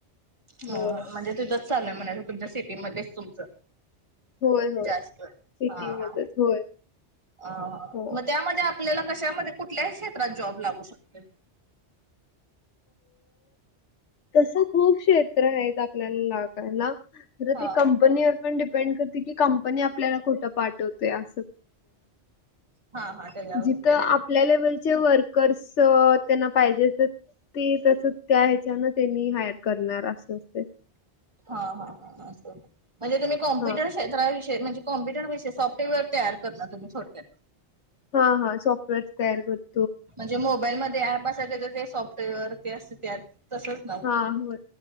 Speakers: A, on the left; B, on the right.
A: होय
B: ह म्हणजे. तिथंच चाललंय म्हणायच तुमच्या सिटीमध्येच तुमच
A: होय होय
B: जास्त
A: सिटीमध्येच
B: हा हा.
A: होय
B: अ
A: हो
B: मग त्यामध्ये आपल्याला कशामध्ये कुठल्याही क्षेत्रात जॉब लागू शकते.
A: तस खूप क्षेत्र आहे आपल्याला लागायला तर
B: हा
A: ते कंपनीवर. पण डिपेंड करते की कंपनी आपल्याला कुठं पाठवत्या. <inaudible>
B: हा हा त्याच्यावर
A: जीथ
B: होतंय
A: आप
B: व्हय
A: आपल्या लेवलचे वर्कर्स त्यांना पाहिजे. ते तस त्या ह्याच्यान त्यांनी हायर करणार असं असते.
B: हा ह म्हणजे तुम्ही कॉम्प्युटर.
A: हा
B: क्ष्राविष म्हजे कम्पुटर विषय सॉफ्टवेअर तयार करणार तुम् थोडक्या.
A: हा हा सॉफ्टवेअरस तयार करते.
B: म्हणजे मोबाईलमध्येध्ये ऍप असाय सॉफ्टवेअर ते अस तसंच्.
A: हा हो